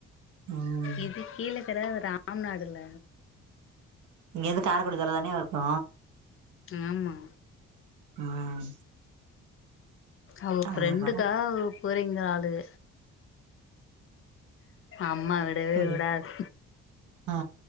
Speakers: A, on the right; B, on the left.
A: ம்
B: இது கீழக்கர அது ராம்நாடுல
A: இங்க இருந்து காரைக்குடி தூரோந் தானே இருக்கு
B: ஆமா
A: ம்
B: அவுக
A: அதா
B: ஃப்ரண்டுக்காக
A: பாருங்க
B: அவளுக போறேங்குறாளுக அம்மா விடவே
A: ம்
B: விடாது
A: ஆ